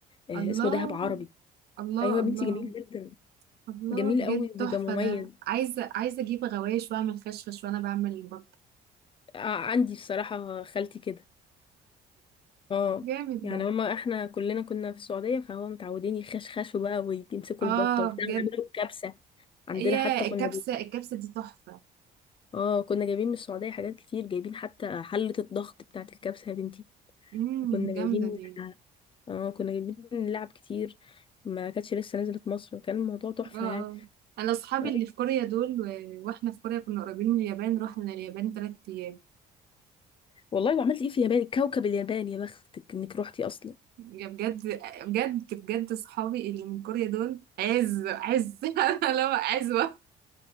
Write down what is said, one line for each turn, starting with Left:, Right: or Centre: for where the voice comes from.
Left: آه،
Right: الله
Left: اسمه ذهب عربي
Right: الله
Left: ايوه يا
Right: الله
Left: بنتي جميل جدا
Right: الله
Left: جميل
Right: بجد
Left: قوي وبيبقى
Right: تحفة
Left: مميز
Right: ده عايزة عايزة أجيب غوايش وأعمل خشخش وأنا بعمل البطة
Left: آه، عندي بصراحة خالتي كده اه
Right: جامد
Left: يعني
Right: ده
Left: هما احنا كلنا كنا في السعودية فهو متعودين يخشخشوا بقى ويمسكوا
Right: آه
Left: البطة وبتاع
Right: بجد
Left: ويعملوا الكبسة عندنا
Right: يا
Left: حتى كنا
Right: الكبسة
Left: جايبين
Right: الكبسة دي تحفة
Left: اه كنا جايبين من السعودية حاجات كتير جايبين حتى حلة الضغط بتاعة الكبسة يا بنتي
Right: امم
Left: وكنا جايبين
Right: جامدة دي
Left: اه كنا جايبين لعب كتير ما كانتش لسه نزلت مصر وكان الموضوع تحفة
Right: اه اه
Left: يعني
Right: أنا أصحابي
Left: أيوة.
Right: اللي في كوريا دول و... وإحنا في كوريا كنا قريبين من اليابان رحنا اليابان تلات أيام
Left: والله وعملت ايه في اليابان كوكب اليابان يا بختك انك روحتي اصلا
Right: يا بجد بجد بجد صحابي اللي من كوريا دول عز عز <laughs> أنا لو عزوة